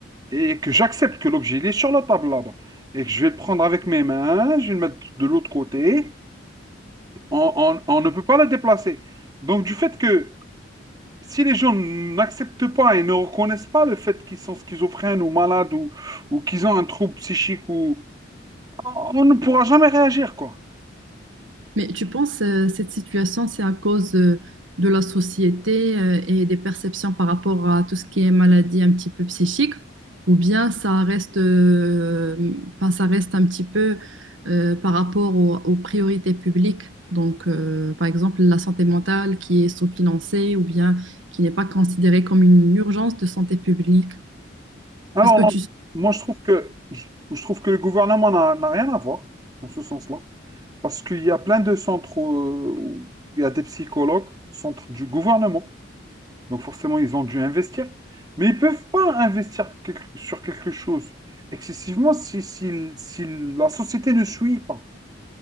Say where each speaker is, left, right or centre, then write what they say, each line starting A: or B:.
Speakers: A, on the right; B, on the right.
A: et que j'accepte que l'objet il est sur la table là-bas et que je vais le prendre avec mes mains, je vais le mettre de l'autre côté, on, on- on ne peut pas le déplacer. Donc du fait que si les gens n'acceptent pas et ne reconnaissent pas le fait qu'ils sont schizophrènes ou malades ou, ou qu'ils ont un trouble psychique ou on on ne pourra jamais réagir quoi.
B: Mais tu penses euh, cette situation, c'est à cause euh, de la société euh, et des perceptions par rapport à tout ce qui est maladie un petit peu psychique, ou bien ça reste, euh, enfin, ça reste un petit peu euh, par rapport au- aux priorités publiques? Donc, euh, par exemple, la santé mentale qui est sous-financée ou bien qui n'est pas considérée comme une urgence de santé publique.
A: Alors,
B: Parce que
A: non,
B: tu, je
A: moi, je trouve que, je, je trouve que le gouvernement n'a n'a rien à voir dans ce sens-là. Parce qu'il y a plein de centres euh, où il y a des psychologues, centres du gouvernement. Donc, forcément, ils ont dû investir. Mais ils ne peuvent pas investir quelque- sur quelque chose excessivement si, si, si la société ne suit pas.